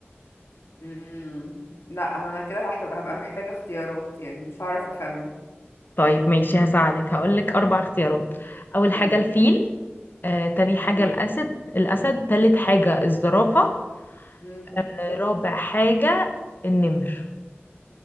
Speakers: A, on the left; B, on the left.
A: مم. لا أنا كده هحتبقى هبقى محتاجة اختيارات يعني مش هعرف أخمن
B: طيب ماشي هساعدك هقولك اربع اختيارات اول حاجة
A: تمام
B: الفيل آه، تاني حاجة
A: تمام
B: الاسد الاسد تالت حاجة الزرافة
A: مم.
B: آه، رابع حاجة النمر